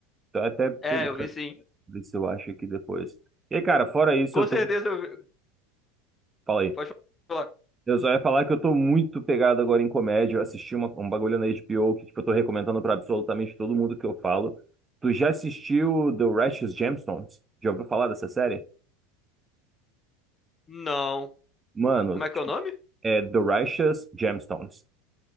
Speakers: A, on the right; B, on the left.
A: Tô até pegando,
B: É, eu vi sim.
A: ver se eu acho aqui depois. E aí, cara, fora isso,
B: Com
A: eu
B: certeza
A: tô.
B: eu vi.
A: Fala aí.
B: Pode falar.
A: Eu só ia falar que eu tô muito pegado agora em comédia. Eu assisti uma- um bagulho na HBO que, tipo, eu tô recomendando pra absolutamente todo mundo que eu falo. Tu já assistiu The Righteous Gemstones? Já ouviu falar dessa série?
B: Não.
A: Mano,
B: Como é que
A: tipo,
B: é o nome?
A: é The Righteous Gemstones.